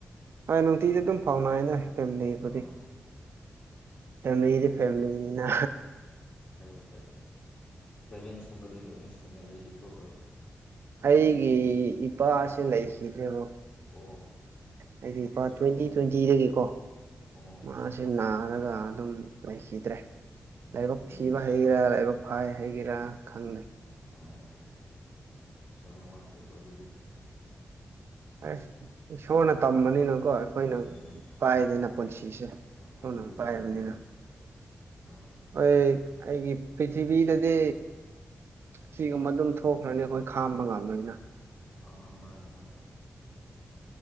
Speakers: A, on the right; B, on the left.
A: ꯅꯨꯡꯇꯤꯒꯤ ꯑꯗꯨꯝ ꯐꯥꯎꯅꯏꯅ ꯐꯦꯃꯤꯂꯤꯕꯨꯗꯤ
B: ꯑꯥ
A: ꯐꯦꯃꯤꯂꯤꯗꯤ ꯐꯦꯃꯤꯂꯤꯅꯤꯅꯥ
B: ꯍꯣꯏ ꯄꯦꯔꯦꯟꯁꯀꯨꯝꯕꯗꯤ ꯂꯣꯏꯅ ꯁꯨꯅ ꯂꯩꯔꯤꯀꯣ ꯕ꯭ꯔꯣ
A: ꯑꯩꯒꯤ ꯏꯄꯥꯁꯦ ꯂꯩꯈꯤꯗ꯭ꯔꯦꯕꯣ
B: ꯑꯣ
A: ꯍꯥꯏꯗꯤꯄꯥ
B: ꯑꯁ
A: ꯇ꯭ꯋꯦꯟꯇꯤ
B: ꯕ꯭ꯔꯣ
A: ꯇ꯭ꯋꯦꯟꯇꯤꯗꯒꯤꯀꯣ
B: ꯑꯣ
A: ꯃꯥꯁꯤꯅꯥ ꯈ ꯑꯗꯨꯝ ꯂꯩꯈꯤꯗ꯭ꯔꯦ ꯂꯥꯏꯕꯛ
B: ꯎꯝ
A: ꯊꯤꯕ ꯍꯩꯒꯔꯥ ꯂꯥꯏꯕꯛ ꯐꯥꯏ ꯍꯥꯏꯒꯦꯔꯥ ꯈꯪꯗꯦ
B: ꯑꯣ ꯑ ꯌꯥꯝ ꯅꯨꯡꯉꯥꯏꯇꯦꯕꯣ ꯑꯗꯨꯗꯤ
A: ꯑꯁ ꯏꯁꯣꯔꯅ ꯇꯝꯕꯥꯅꯤꯅꯀꯣ ꯑꯩꯈꯣꯏꯅ
B: ꯎꯝ
A: ꯄꯥꯏꯗꯅ
B: ꯍꯣꯏ
A: ꯄꯨꯟꯁꯤꯁꯦ
B: ꯍꯣꯏ
A: ꯏꯁꯣꯔ
B: ꯑꯗꯨꯕꯨꯗꯤ
A: ꯅꯥ ꯄꯥꯏꯔꯕꯅꯤꯅ
B: ꯆꯨꯝꯃꯦ ꯍꯣꯏ ꯍꯣꯏ
A: ꯍꯣꯏ ꯑꯩꯒꯤ ꯄꯤꯔꯤꯊꯤꯕꯤꯗꯗꯤ ꯁꯤꯒꯨꯝꯕ ꯑꯗꯨꯝ ꯊꯣꯛꯈ꯭ꯔꯅꯤ ꯑꯩꯈꯣꯏ ꯈꯥꯝꯕ ꯉꯝꯗꯣꯏꯅ
B: ꯑ ꯃꯥꯅꯦ ꯃꯥꯅꯦ